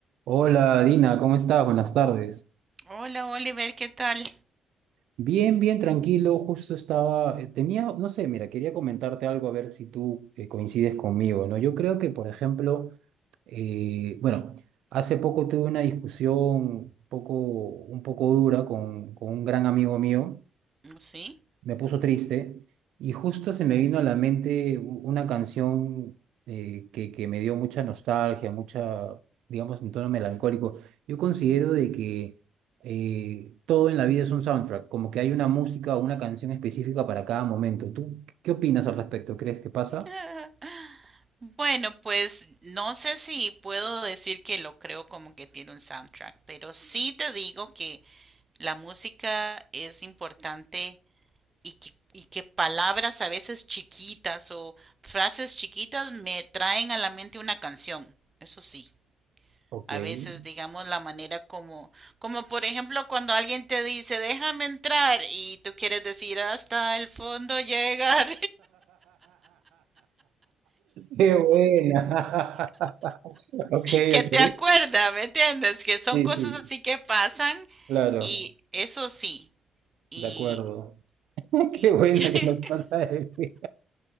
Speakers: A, on the right; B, on the right.
A: Hola Dina, ¿cómo estás? Buenas tardes.
B: Hola Oliver, ¿qué tal?
A: Bien, bien, tranquilo. Justo estaba, eh, tenía, no sé, mira, quería comentarte algo a ver si tú eh, coincides conmigo, ¿no? Yo creo que, por ejemplo, eh, bueno, hace poco tuve una discusión un poco, un poco dura con, con un gran amigo mío
B: Sí.
A: me puso triste y justo se me vino a la mente u- una canción eh, que, que me dio mucha nostalgia, mucha, digamos, en tono melancólico. Yo considero de que eh, todo en la vida es un soundtrack, como que hay una música o una canción específica para cada momento. ¿Tú qué opinas al respecto? ¿Crees que pasa?
B: <laughs> Bueno, pues no sé si puedo decir que lo creo como que tiene un soundtrack, pero sí te digo que la música es importante y que, y que palabras a veces chiquitas o frases chiquitas me traen a la mente una canción. Eso sí.
A: Ok.
B: A
A: <laughs>
B: veces, digamos, la manera como, como por ejemplo cuando alguien te dice, déjame entrar y tú quieres decir hasta el fondo llegar.
A: Qué buena. <laughs> Ok,
B: que te
A: ok.
B: acuerda, ¿me entiendes? Que son
A: Sí,
B: cosas
A: sí,
B: así que pasan
A: claro,
B: y eso sí, y,
A: de acuerdo. <laughs>
B: y,
A: Qué buena
B: <laughs>
A: que nos falta ese.